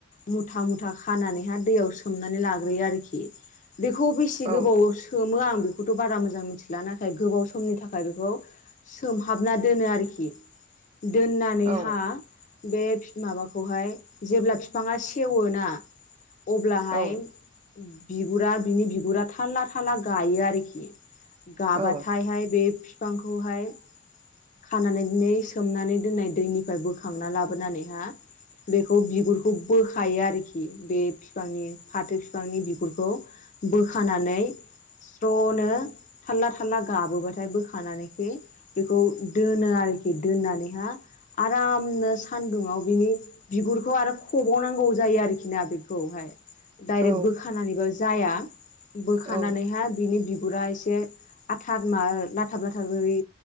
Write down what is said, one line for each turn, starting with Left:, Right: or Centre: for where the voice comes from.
Left: मुथा मुथा खानानैहााय दैयाव सोमनानै लाग्रोयो आरोखि बेखौ बेसे
Right: औ
Left: गोबाव सोमो आं बेखौथ' बारा मोजां मिथिला नाथाय गोबाव समनि थाखाय बेखौ सोमहाबना दोनो आरोखि दोननानैहा
Right: औ
Left: बे माबाखौहाय जेब्ला बिफाङा सेवोना अब्लाहाय
Right: औ
Left: बिगुरा बिनि बिगुरा थाल्ला थाल्ला गायो आरोखि गाबाथायहाय
Right: औ
Left: बे बिफांखौहाय खानानै दिै सोमनानै दोननाय दैनिफ्राय बोखांना लाबोनानैहा बेखौ बिगुरखौ बोखायो आरोखि बे बिफांनि फाथो बिफांनि बिगुरखौ बोखानानै स्र'नो थाल्ला थालला गाबोबाथाय बोखानानैखै बेखौ दोनो आरोखि दोननानैहा आरामनो सानदुंङआव बिनि बिगुरखौ आरो खबावनांगौ जायो आरोखि ना बेखौहाय डाइरेक्ट
Right: औ
Left: बोखानानैब जाया बोखानानैहाय
Right: औ
Left: बिनि बिगुरा एसे एसे आथार माबा लाथार लाथार बोरै